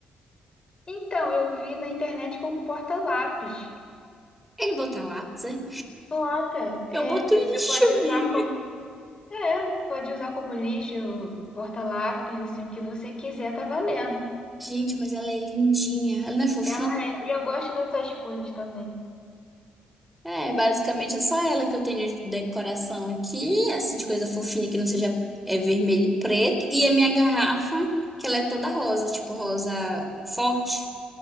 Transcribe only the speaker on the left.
Então, eu vi na internet como porta-lápis.
Bota. É,
pô,
você pode usar
como É, pode usar como lixo, porta-lápis, assim, o que você quiser, tá valendo.
Ela é, e eu gosto dessas coisas também.